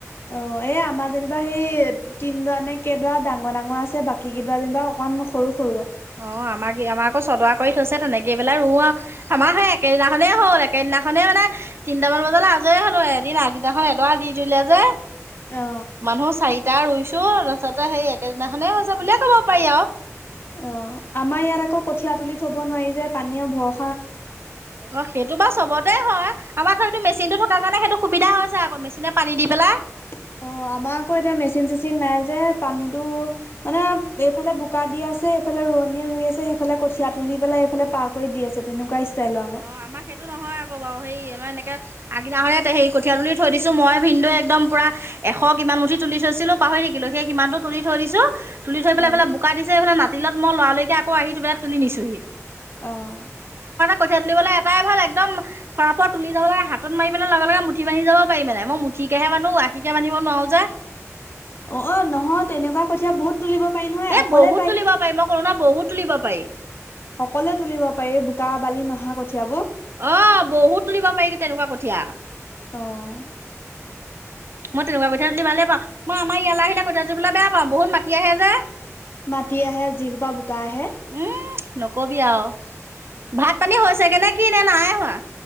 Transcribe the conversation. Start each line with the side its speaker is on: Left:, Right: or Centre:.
Left: অ' অ' এই আমাৰ যেনিবা সেই তিনডৰা নে কেইডৰা ডাঙৰ-ডাঙৰ আছে। বাকী কেইডৰা যেনিবা অকমান সৰু-সৰু।
Right: অ' আমাৰ-আমাৰ আকৌ চদোৱা কৰি থৈছে তেনেকেই পেলাই ৰো, আৰু আমাৰ সে একেদিনাখনে হ'ল একেদিননা সেইদিনাখনেই মানে তিনিটামান বজালে আজৰি হ'লো, এদিন আগেদিনাখন এদৰা দি ধৰিলে যে।
Left: অ
Right: মানুহ চাৰিটা ৰুইছো। তোৰ ৰচতে সেই একেদিনাখনে হৈছে বুলিয়ে ক'ব পাৰি আৰু।
Left: অ' আমাৰ ইয়াত আকৌ কঠীয়া তুলি থব নোৱাৰি যে পানীয়ে ভস
Right: অ' সেইটো বাৰু চবতে হয় আমাৰ ধ কিন্ত মেচিন টো থকাৰ কাৰণে সেইটো সুবিধা হৈছে আকৌ মেচিনে পানী দি পেলাই।
Left: <inaudible> অ' আমাৰ আকৌ এতিয়া মেচিন-চেচিন নাই যে পানীতো, মানে এইফালে বোকা দি আছে। এইফালে ৰোৱনীয়ে ৰুই আছে, সেইফালে কঠিয়া তুলি পেলাই, এইফালে পাৰ কৰি দি আছে তেনেকুৱা। ষ্টাইলৰ আকৌ
Right: অ' আমাৰ সেইটো নহয় আকৌ বাৰু সেই আমাৰ এনেকে আগদিনা খনে‌ হেৰি কঠীয়া তুলি থৈ দিছো, মই ভিন্দো একদম পুৰা এশ কিমান মুঠি তুলি থৈছিলো পাহৰি থাকিলো। হেই কিমানতো তুলি থৈ দিছো। তুলি থৈ পেলাই
Left: অ
Right: এইফাল বোকা দিছে, সেইফালে মাতিলত মই লৰালৈকে আকৌ আহি তুলি নিছোহি।
Left: অহ।
Right: কঠিয়া তুলিবলে এটাই ভাল একদম, ফৰাফৰ তুলি যাব লাগে হাত মাৰি পেলাই, লগে লগে মুঠি বান্ধি যাব পাৰি মানে মই মুঠি সিকেহে বান্ধো, আশীকে বান্ধিব নোৱাৰো যে।
Left: অ' নহয় তেনেকুৱা কঠীয়া বহুত। তুলিব পাৰি নহয়
Right: এ'বহুত
Left: অকলে
Right: তুলিব পাৰি, মই কলো নহয় বহুত তুলিব পাৰি।
Left: সকলোৱে তুলিব পাৰি বোকা-বালি নহা কঠিয়াবোৰ?
Right: অ', বহুত তুলিব পাৰি তেনেকুৱা কঠীয়া।
Left: অ
Right: মই তেনেকুৱা কঠিয়া‌ তুলি ভালেই পাওঁ, মই আমাৰ ইয়ালৈ আহিলে কঠিয়া তুলিবলৈ বেয়া পাওঁ, বহুত মাটি আহে যে।
Left: মাটি আহে, যিখোপা‌ বোকা আহে।
Right: উম নকবি আৰু
Left: উম
Right: ভাত
Left: উম।
Right: পানী হৈছেগে নে, কি নে নাই হোৱা।